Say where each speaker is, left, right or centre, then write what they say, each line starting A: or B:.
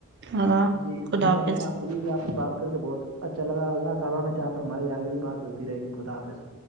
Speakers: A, on the right; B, on the right.
A: لگا
B: جی
A: خدا
B: انشاء
A: حافظ
B: اللہ مجھے بھی آپ سے بات کر کے بہت اللہ تعالی نے چاہا تو ہماری اگے بھی بات ہوتی رہے گی خدا حافظ